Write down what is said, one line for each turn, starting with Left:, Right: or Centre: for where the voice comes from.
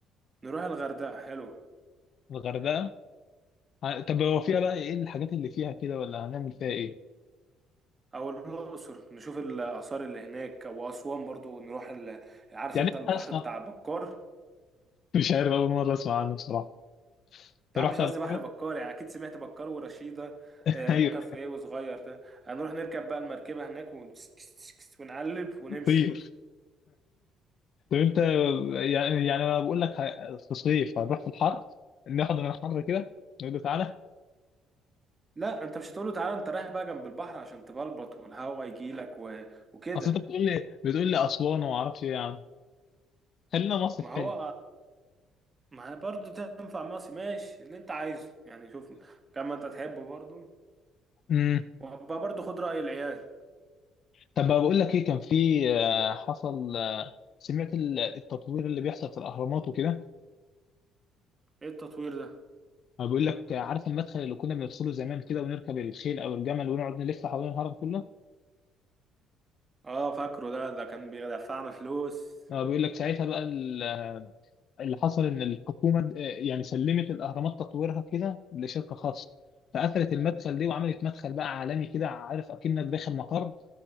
Right: نروح الغردقة حلو
Left: الغردقه ه- طب هو فيها بقى ايه الحاجات اللي فيها كده ولا هنعمل فيها ايه؟
Right: او الاقصر نشوف الاثار اللي هناك او اسوان برضو نروح ال... عارف
Left: يعني
Right: انت البحر
Left: هسمع
Right: بتاع بكار
Left: مش عارف اول مرة اسمع عنه بصراحة
Right: يا
Left: انت
Right: عم
Left: رحت
Right: مش
Left: قبل
Right: قصدي بحر
Left: كده؟
Right: بكار يعني اكيد سمعت بكار ورشيده
Left: <laughs>
Right: آه،
Left: ايوه
Right: ابو كفر ايه وصغير ده هنروح نركب بقى المركبه هناك ون... ونقلب ونمشي
Left: طير طب انت يعني يعني انا بقول لك ه- في صيف هنروح في الحر ناخد من الحر كده نقول له تعالى
Right: لا انت مش هتقول له تعالى انت رايح بقى جنب البحر عشان تبلبط والهوا يجيلك و... وكده
Left: اصل انت بتقول لي بتقول لي اسوان وما اعرفش ايه يا عم خلينا مصيف
Right: ما
Left: حلو
Right: هو ما هي برضه تنفع مصي ماشي اللي انت عايزه يعني شوف كما انت تحبه برضه
Left: امم
Right: وبقى برضه خد رأي العيال
Left: طب بقى بقول لك ايه كان في آه، حصل آه، سمعت ال- التطوير اللي بيحصل في الاهرامات وكده
Right: ايه التطوير ده
Left: أنا بقول لك عارف المدخل اللي كنا بندخله زمان كده ونركب الخيل أو الجمل ونقعد نلف حوالين الهرم كله
Right: اه فاكره ده ده كان بيدفعنا فلوس
Left: أنا بيقول لك ساعتها بقى ال- اللي حصل إن الحكومة آه، يعني سلمت الأهرامات تطويرها كده لشركة خاصة فقفلت المدخل دي وعملت مدخل بقى عالمي كده عارف أكنك داخل مقر